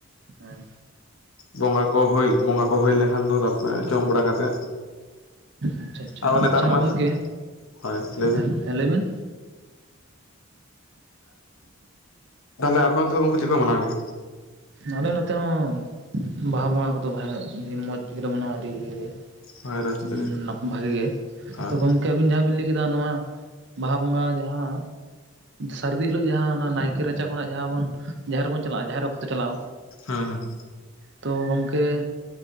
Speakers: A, on the right (about 55°); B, on the left (about 70°).
A: ᱦᱮᱸ
B: ᱵᱚᱸᱜᱟ ᱠᱚ ᱦᱳᱭ ᱵᱚᱸᱜᱟ ᱠᱚ ᱦᱩᱭ ᱞᱮᱱᱠᱷᱟᱱ ᱛᱟ ᱡᱚᱢ ᱵᱟᱲᱟ ᱠᱟᱛᱮᱫ
A: ᱟᱪᱪᱷᱟ ᱟᱪᱪᱷᱟ
B: ᱟᱨᱚ ᱱᱮᱛᱟᱨ
A: ᱟᱪᱪᱷᱟ
B: ᱢᱟ
A: ᱜᱚᱢᱠᱮ
B: ᱦᱳᱭ ᱞᱟᱹᱭᱵᱤᱱ᱾
A: ᱦᱮᱸ ᱞᱟᱹᱭ ᱵᱤᱱ᱾
B: ᱛᱟᱦᱞᱮ ᱟᱯᱮ ᱚᱱᱛᱮ ᱫᱚ ᱜᱚᱝᱠᱮ ᱪᱮᱫ ᱠᱚ ᱢᱟᱱᱟᱣ ᱜᱮᱭᱟ?
A: ᱟᱞᱮ ᱱᱚᱛᱮ ᱦᱚᱸ ᱵᱟᱦᱟ ᱵᱚᱸᱜᱟ ᱠᱚᱫᱚ ᱟᱹᱰᱤ ᱢᱚᱸᱡ ᱜᱮᱞᱮ ᱢᱟᱱᱟᱣ ᱟᱹᱰᱤ ᱤᱭᱟᱹ ᱜᱮ᱾
B: ᱦᱳᱭ ᱨᱟᱹᱥᱠᱟᱹ
A: ᱩᱸ ᱱᱟᱯ ᱵᱷᱟᱜᱮ ᱜᱮ
B: ᱦᱳᱭ
A: ᱛᱚ ᱜᱚᱝ ᱠᱮ ᱟᱵᱤᱱ ᱡᱟᱸᱦᱟᱸ ᱵᱤᱱ ᱞᱟᱹᱭ ᱠᱮᱫᱟ ᱱᱚᱣᱟ ᱵᱟᱦᱟ ᱵᱚᱸᱜᱟ ᱡᱟᱦᱟᱸ ᱥᱟᱹᱨᱫᱤ ᱦᱤᱞᱳᱜ ᱡᱟᱦᱟᱸ ᱚᱱᱟ ᱱᱟᱭᱠᱮ ᱨᱟᱪᱟ ᱠᱷᱚᱱᱟᱜ ᱡᱟᱦᱟᱸ ᱵᱚᱱ ᱡᱟᱦᱮᱨ ᱵᱚᱱ ᱪᱟᱞᱟᱜᱼᱟ, ᱡᱟᱦᱮᱨ ᱚᱠᱛᱚ ᱪᱟᱞᱟᱣ
B: ᱦᱩᱸ ᱦᱩᱸ᱾
A: ᱛᱚ ᱜᱚᱢᱠᱮ